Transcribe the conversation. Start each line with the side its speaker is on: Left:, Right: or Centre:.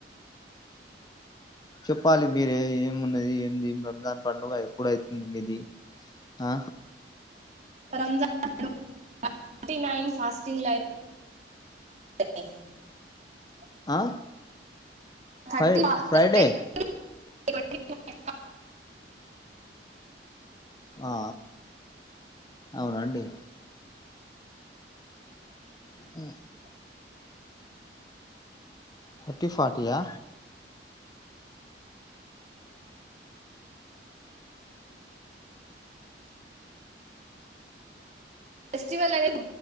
Left: చెప్పాలి మీరే ఏమున్నది ఏమి రంజాన్ పండుగ ఎప్పుడైతుంది మీది ఆ
Right: రంజ ఫార్టీ నైన్ ఫాస్టింగ్ <unintelligible>
Left: ఆ
Right: థర్టీ
Left: ఫ్రై
Right: <inaudible> <unintelligible>
Left: ఫ్రైడే ఆ అవునండి హు థర్టీ ఫార్టీయా
Right: ఫెస్టివల్ అనేది